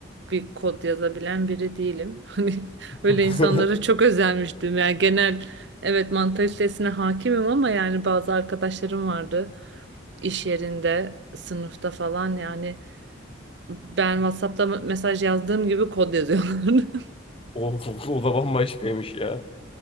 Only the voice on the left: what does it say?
<laughs>
O, o da bambaşkaymış ya.